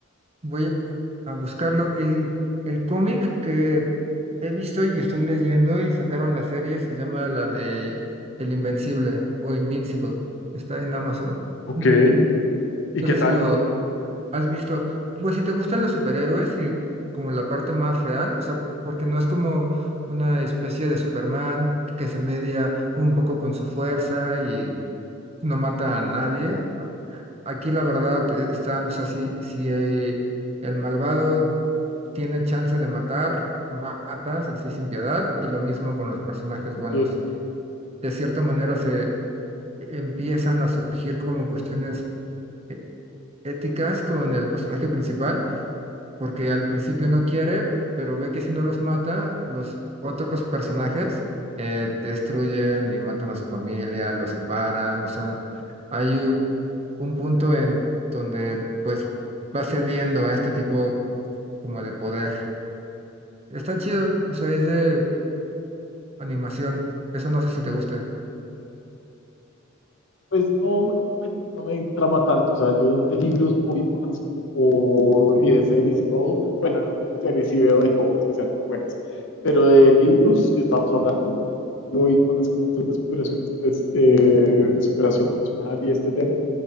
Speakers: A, on the right; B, on the left.
A: Voy a buscarlo. El, el cómic que he visto y estoy leyendo y sacaron la serie se llama la de El Invencible o Invincible. Está en Amazon.
B: Ok,
A: Mm,
B: ¿y
A: No
B: qué
A: sé
B: tal?
A: si lo has visto. Pues si te gustan los superhéroes y como la parte más real, o sea, porque no es como una especie de Superman que se media un poco con su fuerza y no mata a nadie. A- Aquí la verdad eh, están, o sea, si si hay... El malvado tiene chance de matar, matas así sin piedad, y lo mismo con los personajes
B: Ok.
A: buenos. De cierta manera se empiezan a surgir como cuestiones e- éticas con el personaje principal, porque al principio no quiere, pero ve que si no los mata, los otros personajes eh, destruyen y matan a su familia, los separan, o sea, hay u- un punto en donde pues va cediendo a este tipo como de poder. Está chido, o sea, es de animación. Eso no sé si te gusta.
B: pues no, no me, no me trama tanto. O sea, yo de libros voy más como por, y de series y todo. Bueno, no, de series sí veo de todas las que sean buenas. Pero de libros que estamos hablando, yo voy más como este de superación, pues, eh, superación personal y este tema.